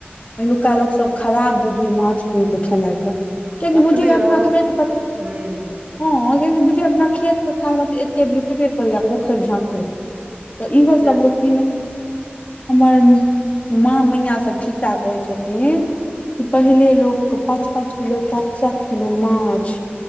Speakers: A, on the left; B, on the right.
A: पहिलुका लोक सभ खराब बुझय माछ कीन कऽ खेनाइ के किएकी
B: अपने
A: बुझे अपना
B: रहै
A: खेत पथार
B: हूँ
A: हँ किएकि बुझे अपना खेत पथारमे तऽ एतबे भेटबे करया पोखैर झाखैर तऽ इहो सब
B: के जे
A: लोक कीने हमर माँ मैया सब खिस्सा कहै छथिन कि पहिले लोक क पाँच पाँच किलो सात सात किलो माछ